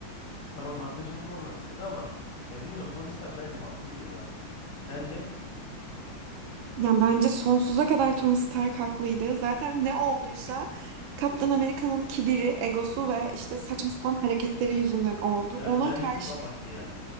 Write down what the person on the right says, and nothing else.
Yani bence sonsuza kadar Tony Stark haklıydı. Zaten ne olduysa Kaptan Amerika'nın kibiri, egosu ve işte saçma sapan hareketleri yüzünden oldu.
Ona
karşı